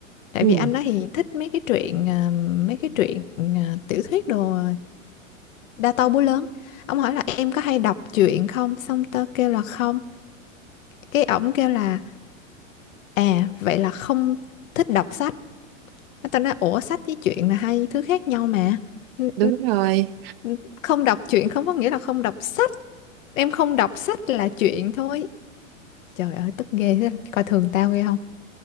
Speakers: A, on the left (about 75°); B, on the right (about 50°).
A: Tại
B: ừ,
A: vì anh đó thì thích mấy cái truyện ờ, Mấy cái truyện ờ, tiểu thuyết đồ Đa to búa lớn Ông hỏi là em có hay đọc truyện không Xong tao kêu là không Cái ổng kêu là à vậy là không thích đọc sách Cái ta nói ủa sách với truyện là hai thứ khác nhau mà n-
B: đúng rồi
A: n- không đọc truyện không có nghĩa là không đọc sách em không đọc sách là truyện thôi trời ơi tức ghê thế, coi thường tao ghê không